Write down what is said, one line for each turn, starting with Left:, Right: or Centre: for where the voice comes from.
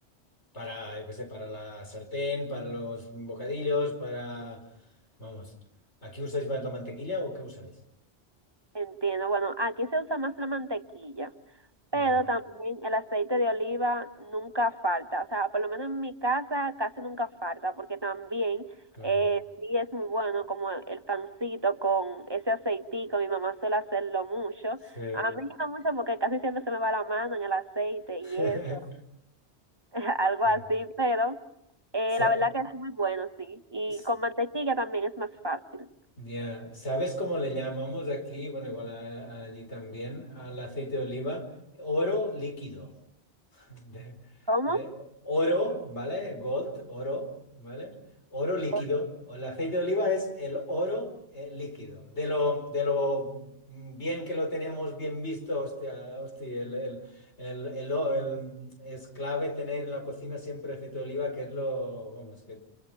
Left: para, yo qué sé, para la sartén, para los bocadillos, para, vamos, ¿aquí usáis más la mantequilla o qué usáis?
Right: Entiendo. Bueno, aquí se usa más la mantequilla, pero
Left: Ya,
Right: también el aceite de oliva nunca falta. O sea, por lo menos en mi casa casi nunca falta, porque también
Left: claro,
Right: eh, sí es muy bueno como el pancito con ese aceitico. Mi mamá suele hacerlo mucho.
Left: sí.
Right: A mí no mucho porque casi siempre se me va la mano en el aceite
Left: <laughs>
Right: y eso, <laughs> algo
Left: Bien.
Right: así, pero... Eh,
Left: Sa-
Right: la verdad que es muy bueno, sí. Y
Left: s-
Right: con mantequilla también es más fácil.
Left: ya, ¿Sabes cómo le llamamos aquí? Bueno, igual a- allí también, al aceite de oliva, oro líquido. de,
Right: ¿Cómo?
Left: de oro, ¿vale? Gold, oro, ¿vale? Oro líquido.
Right: Pues
Left: O El aceite de oliva es el oro eh, líquido. De lo, de lo bien que lo tenemos bien visto, hostia, hostia, el, el, el, el o- el- es clave tener en la cocina siempre aceite de oliva, que es lo, vamos, que,